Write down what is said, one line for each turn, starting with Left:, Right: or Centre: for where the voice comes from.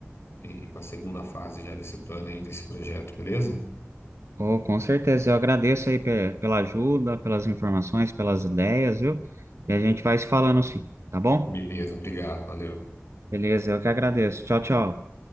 Left: ir para a segunda fase já desse plano aí, desse projeto, beleza?
Right: oh, com certeza, eu agradeço aí pe- pela ajuda, pelas informações, pelas ideias, viu? E a gente vai se falando assim, tá bom?
Left: Beleza, obrigado, valeu.
Right: Beleza, eu que agradeço. Tchau, tchau.